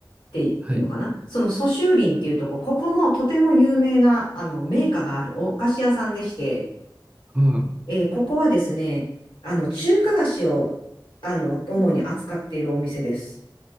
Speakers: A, on the left; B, on the right.
A: ていうのかな。
B: はい。
A: その蘇州林っていうとこ、ここもとても有名な、あの、名家があるお菓子屋さんでして、
B: は
A: えーここはですね、あの、中華菓子を、あの、主に扱っているお店です。